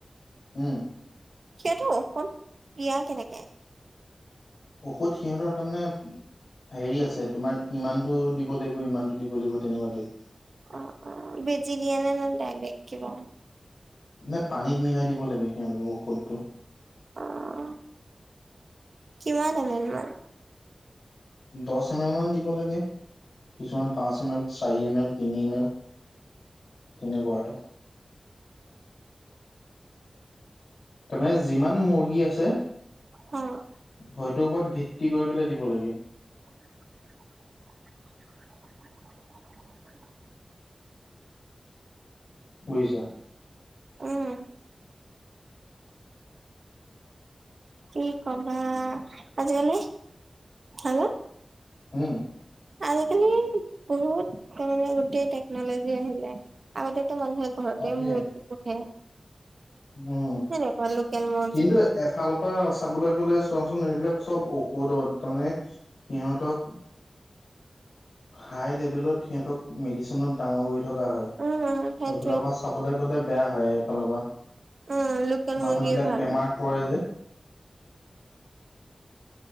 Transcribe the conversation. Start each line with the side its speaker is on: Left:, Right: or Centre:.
Left: উম।
Right: সেইটো ঔষধ দিয়া কেনেকে?
Left: ঔষধ সিহঁতৰ তাৰমানে হেৰি আছে তোমাৰ ইমানটো দিব লাগিব ইমানটো দিব লাগিব তেনেকুৱা টাইপ।
Right: অ', অ', বেজি দিয়ে নাই ডাইৰেক্ট কিবা?
Left: নাই পানীত মিলাই দিব লাগে সিহঁতৰক ঔষধটো।
Right: অ'। কিমান এম এল মান?
Left: দহ এম এল মান দিব লাগে কিছুমান পাঁচ এম এল চাৰি এম এল তিনি এম এল। তেনেকুৱা আৰু। তাৰমানে যিমান মুৰ্গী আছে
Right: অ'।
Left: হয়টোৰ ওপৰত ভিত্তি কৰি পেলাই দিব লাগে।
Right: <inaudible>
Left: বুজিছা?
Right: উম। কি ক'বা, আজিকালি আৰু
Left: উম।
Right: আজিকালি বহুত ত' মানে গোটেই টেকন'লজি আহিলে। আগতেতো মানুহে ঘৰতে
Left: তাকে
Right: মূৰ্তি পোহে।
Left: উম,
Right: সেনেকুৱা লোকেল মুৰ্গী
Left: কিন্তু এফালৰপৰা চাবলৈ গ'লে চোৱাচোন এইবিলাক চব ঔষধত তাৰমানানে সিহঁতক হাই লেভেলত সিহঁতক মেডিচিনত ডাঙৰ কৰি থকা হয়। এইফালৰপৰা
Right: উম উম সেইটোয়ে
Left: চাবলৈ গ'লে বেয়া হয়। এইফালৰ পৰা
Right: উম লোকেল
Left: মানুহবিলাক
Right: মুৰ্গীয়ে ভাল
Left: বেমাৰত পৰে যে।